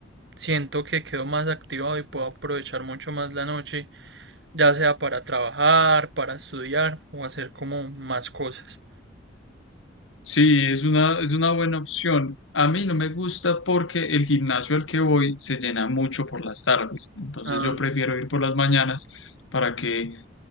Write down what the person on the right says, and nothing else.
Siento que quedo más activado y puedo aprovechar mucho más la noche, ya sea para trabajar, para estudiar o hacer como más cosas.
Ah,